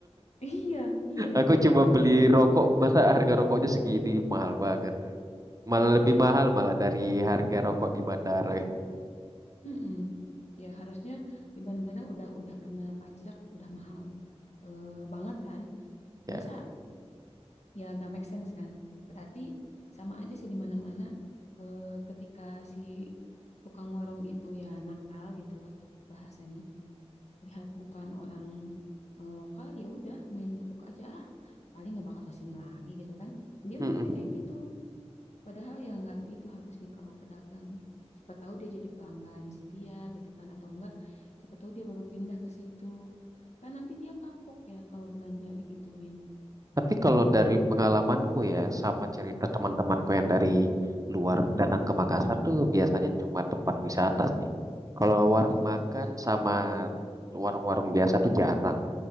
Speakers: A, on the left (about 80°); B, on the right (about 30°).
A: Iya, iya,
B: <laughs> Aku cuma
A: karena
B: beli rokok, masa harga rokoknya segini mahal banget. Malah
A: iya
B: lebih
A: kan,
B: mahal malah dari harga rokok di bandara.
A: Mm-mm. Ya harusnya di bandara udah udah kena pajak, udah mahal eh, banget kan,
B: Ya.
A: masa ya nggak make sense kan berarti sama aja sih di mana-mana eh, ketika si tukang warung itu ya nakal gitu lah bahasanya lihat bukan orang eh, lokal ya udah main tekuk aja Ah, paling nggak bakal kesini lagi gitu kan dia
B: Mm-mm.
A: mikirnya kayak gitu padahal ya nggak gitu harusnya kalau pedagang ya. siapa tahu dia jadi pelanggan setia gitu kan atau enggak siapa tahu dia baru pindah ke situ kan nanti dia kapok ya kalau belanja digituin
B: Tapi kalau dari pengalamanku ya, sama cerita teman-temanku yang dari luar datang ke Makassar
A: Hmm.
B: tuh biasanya cuma tempat wisata sih. Kalau warung
A: Oh, cuma
B: makan
A: dapat cerita.
B: sama warung-warung biasa tuh jarang